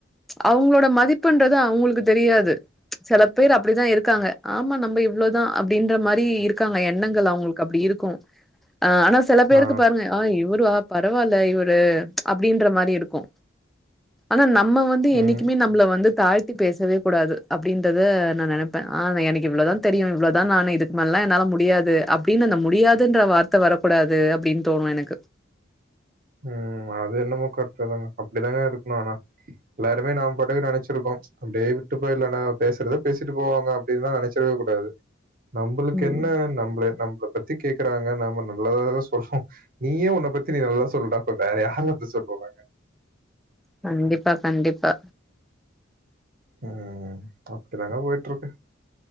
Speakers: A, in the centre; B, on the right.
A: அவுங்களோட மதிப்புன்றது அவுங்களுக்கு தெரியாது செல பேர் அப்டிதா இருக்காங்க ஆமா நம்ம இவ்ளோ தா அப்டின்ற மாரி இருக்காங்க எண்ணங்கள் அவுங்களுக்கு அப்டி இருக்கும் ஆ ஆனா செல பேருக்கு
B: ஆ.
A: பாருங்க ஆ இவ்ரா பரவால்ல இவரு அப்டின்ற மாரி இருக்கு ஆனா நம்ம நம்ம வந்து என்னைக்குமே
B: ம்.
A: நம்ள வந்து தாழ்த் தி பேசவே கூடாது அப்டின்றத நா நெனப்பே ஆ எனக்கு இவ்ளோதா தெரியு இவ்ளோதா நானு இது மாரில்லா என்னால முடியாது அப்டின்னு அந்த முடியாதுன்ற வார்த்த வரக்கூடாது அப்டின் தோணு எனக்கு
B: ம் அது என்னமோ கரெக்ட் தாங்க அப்டிதாங்க இருக்கணு ஆனா எல்லாருமே நாம் பாட்டுக்கு நெனச்சிருக்கோ அப்டியே விட்டு போயிரலன்னா பேசுறத பேசிட்டு போவாங்க அப்டின்தா நெனச்சிரவே கூடாது நம்ளுக்கு
A: ம்
B: என்ன நம்மெல நம்பள பத்தி கேக்குறாங்க நாம நல்லததா சொல்றோ நீயே உன்ன பத்தி நீ நல்லா சொ சொல்டாப்ப வேற யார் வந்து சொல்லுவாங்க
A: கண்டிப்பா கண்டிப்பா
B: ம் அப்டி தாங்க போய்ட்டு இருக்கு